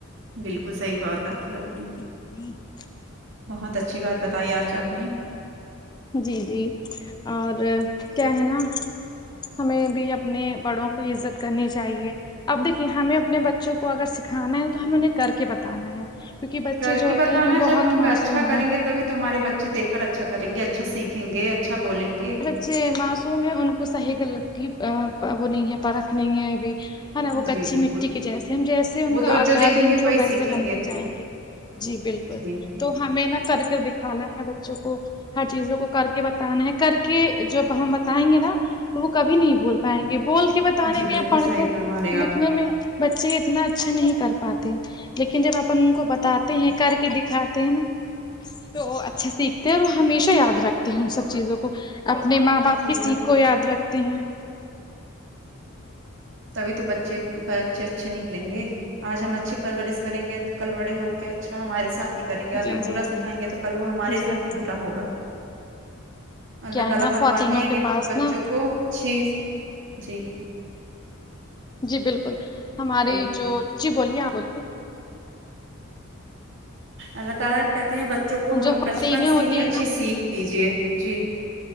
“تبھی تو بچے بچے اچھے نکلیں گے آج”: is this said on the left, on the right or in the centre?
Right